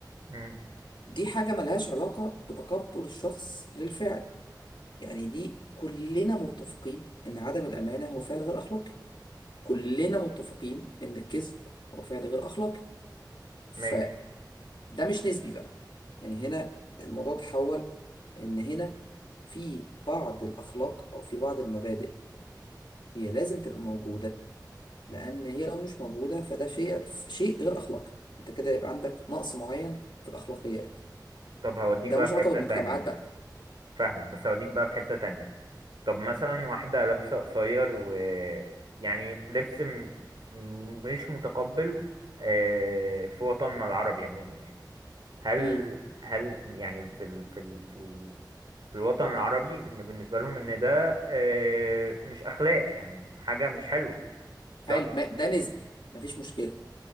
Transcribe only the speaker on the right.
مم.
ماشي
طب هوديك
بقى
في
حتة
تانية بقى
فاهمك بس هوديك بقى في حتة تانية طب مثلا واحدة لابسة قصير و يعني لبس م... م- مش متقبل آه، في وطننا العربي عموما يعني هل
هل يعني في ال... في ال... في في الوطن العربي ان بالنسبه لهم ان ده آه، مش اخلاق يعني حاجه مش حلوه صح